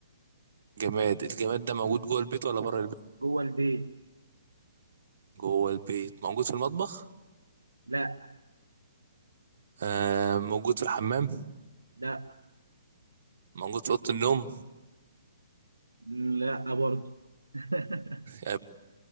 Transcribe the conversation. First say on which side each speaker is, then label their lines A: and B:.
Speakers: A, on the right (about 55°); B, on the right (about 80°).
A: جماد الجماد ده موجود جوه البيت ولا بره البيت
B: جوه البيت
A: جوه البيت موجود في المطبخ
B: لا
A: آه موجود في الحمام
B: لا
A: موجود في اوضه النوم
B: لا برضه <laughs>
A: آه،